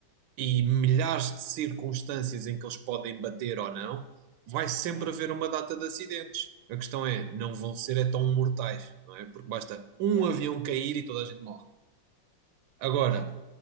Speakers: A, on the right; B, on the left.
A: e milhares de circunstâncias em que eles podem bater ou não, vai sempre
B: yeah,
A: haver uma data de acidentes. A questão é, não vão ser é tão mortais, não é? Porque basta um
B: yeah,
A: avião cair e toda a gente morre. Agora,
B: yeah.